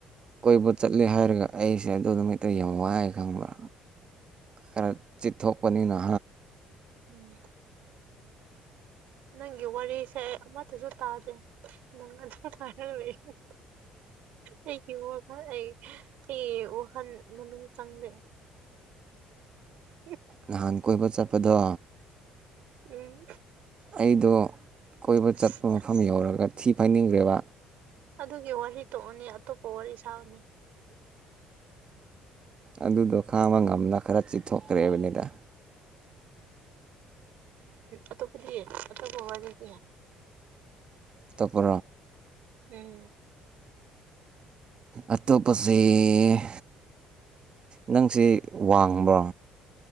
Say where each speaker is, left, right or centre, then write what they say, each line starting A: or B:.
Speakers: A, on the right; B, on the right.
A: ꯀꯣꯏꯕ ꯆꯠꯂꯦ ꯍꯥꯏꯔꯒ ꯑꯩꯁꯦ ꯑꯗꯨꯗ ꯍꯛꯇ ꯌꯥꯝ ꯋꯥꯏ ꯈꯪꯕ꯭ꯔꯥ ꯈꯔ ꯆꯤꯊꯣꯛꯄꯅꯤꯅ
B: ꯎꯝ ꯅꯪꯒꯤ ꯋꯥꯔꯤꯁꯦ ꯑꯩ ꯑꯃꯠꯇꯁꯨ ꯇꯥꯗꯦ ꯅꯪ ꯑꯗꯨꯝ ꯍꯥꯏꯔ ꯑꯩꯒꯤ ꯋꯥꯈꯜ ꯑꯩ ꯑꯩ ꯋꯥꯈꯜ ꯃꯅꯨꯡ ꯆꯪꯗꯦ ꯎꯝ
A: ꯅꯍꯥꯟ ꯀꯣꯏꯕ ꯆꯠꯄꯗꯣ
B: ꯎꯝ
A: ꯑꯩꯗꯣ ꯀꯣꯏꯕ
B: ꯑꯁ
A: ꯆꯠꯄ ꯃꯐꯝ ꯌꯧꯔꯒ ꯊꯤ ꯐꯥꯏꯅꯤꯡꯈ꯭ꯔꯦꯕ
B: ꯑꯗꯨꯒꯤ ꯋꯥꯔꯤ ꯇꯣꯛꯑꯅꯤ ꯑꯇꯣꯞꯄ ꯋꯥꯔꯤ ꯁꯥꯕꯅꯤ
A: ꯑꯗꯨꯗꯣ ꯈꯥꯡꯕ ꯉꯝꯅ ꯈꯔ ꯆꯤꯊꯣꯛꯈ꯭ꯔꯦꯕꯅꯤꯗ
B: ꯑꯇꯣꯞꯄꯗꯤ ꯑꯇꯣꯞꯄ ꯋꯥꯔꯤꯗꯤ
A: ꯇꯄꯣ
B: ꯎꯝ
A: ꯑꯇꯣꯞꯄꯁꯦ ꯅꯪꯁꯦ ꯋꯥꯡꯕ